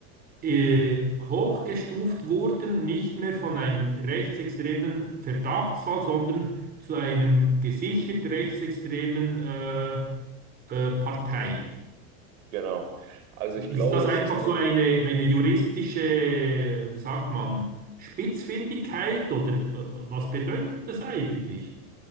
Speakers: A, on the right (about 20°); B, on the right (about 70°).
A: äh, hochgestuft wurden, nicht mehr von einem rechtsextremen Verdachtsfall, sondern zu einem gesichert rechtsextremen äh, äh, Partei.
B: genau. Also
A: Ist
B: ich glaube,
A: das
B: das
A: einfach
B: ist eine,
A: so eine, eine juristische, wie sagt man, Spitzfindigkeit oder w- w- was bedeutet das eigentlich?